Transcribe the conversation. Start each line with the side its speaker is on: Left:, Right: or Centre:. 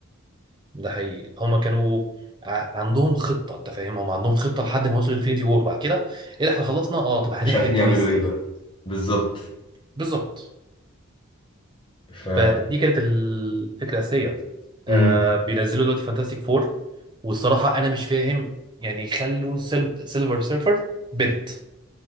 Right: ده حقيقي هما كانوا ع- عندهم خطه انت فاهم هما عندهم خطه لحد ما وصلوا انفينيتي وور بعد كده ايه ده احنا خلصنا اه طب هنحلب
Left: مش عارفين
Right: تاني
Left: يعملوا
Right: ازاي
Left: ايه بقى بالظبط
Right: بالظبط
Left: ف
Right: فدي كانت الفكره الاساسيه
Left: امم
Right: آه بينزلوا دلوقتي فانتاستيك فور والصراحه انا مش فاهم يعني خلوا سيل- سيلفر سيرفر بنت